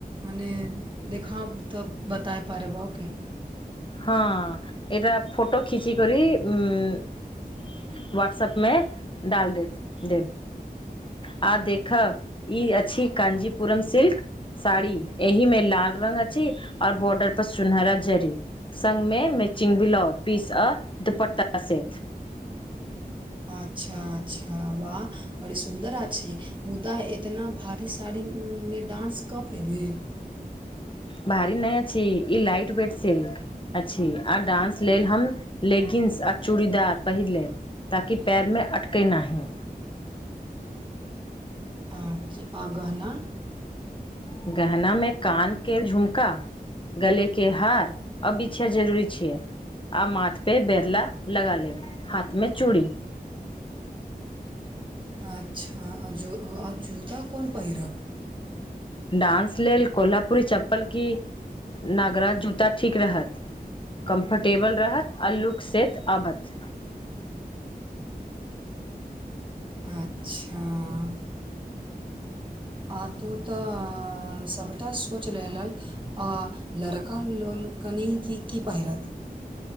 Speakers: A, on the right (about 30°); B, on the left (about 30°).
A: मने देखब तऽ बताय पड़बौ की
B: हँ एटा फोटो खिचिक करि उ हाट्सप मे डाल देत देब आ देखा ई अछि काञजीपुरम सिल्क साड़ी एहि में लाल रंग अछि और बॉर्डर पर सुनहरा जरी। सङ्मे मैचिंग ब्लाउज पीस आ दुपट्टाास सेत
A: अच्छा अच्छा वाह बड़ी सुन्दर आ छी मुदा इतना भारीसँ साड़ीमे डान्स कऽ पयली?
B: भारी नहि अ छी ई लइट वेट सिल्क। अछि आ डान्स लेल हम लेगिन्स आ चूड़ीदार पहिर लेब। ताकि पैरमे अटकै नाही।
A: आच आ गहना।
B: गहना में कान के झुमका गले के हार अब इछा जरूरी छियै। आ माथपर बैरला लगा लेब हाथमे चूड़ी
A: अच्छा आ ज आओ जूता कोन पहिरब?
B: डान्स लेल कोल्हापुररी चप्पल की नगराज जूता ठीक रहत। कम्फर्टेबल रहत आ लुक सेत अबत।
A: अच्छा <unintelligible> आ तू तऽ सभटा सोचि लेलक आ लड़का लोल कनि की की पहिरत?